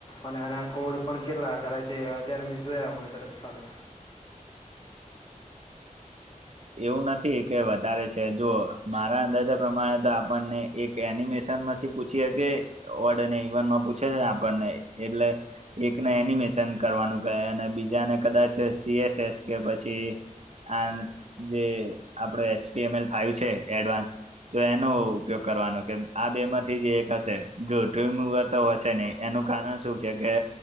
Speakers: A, on the left; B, on the right.
A: અને આના કોડ પણ કેટલા કરાય તે અત્યારે મેં જોયા મને તરત હાલો
B: એવું નથી કે વધારે છે જો મારા અંદાજા પ્રમાણે તો આપણને એક એનિમેશન માંથી પૂછી હકે ઓડ અને ઇવેન પૂછે છે આપણને એટલે એકને એનિમેશન કરવાનું કહે અને બીજાને કદાચ સીએસ એસ કે પછી અ જે આપડો H T M L five છે એડવાન્સ તો એનો ઉપયોગ કરવાનો કે આ બે માંથી જ એક હશે જો ટ્રીમવર તો હશે નહી એનું કારણ શું છે કે